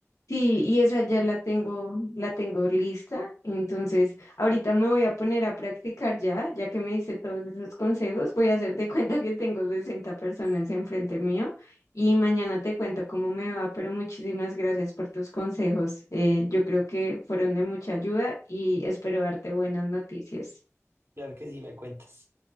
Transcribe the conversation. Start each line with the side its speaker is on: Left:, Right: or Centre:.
Left: Sí, y esa ya la tengo, la tengo lista. Entonces, ahorita me voy a poner a practicar ya, ya que me hice todos esos consejos, voy a hacer de <laughs> cuenta que tengo 60 personas enfrente mío y mañana te cuento cómo me va, pero muchísimas gracias por tus consejos. Eh, yo creo que fueron de mucha ayuda y espero darte buenas noticias.
Right: Claro que sí, me cuentas.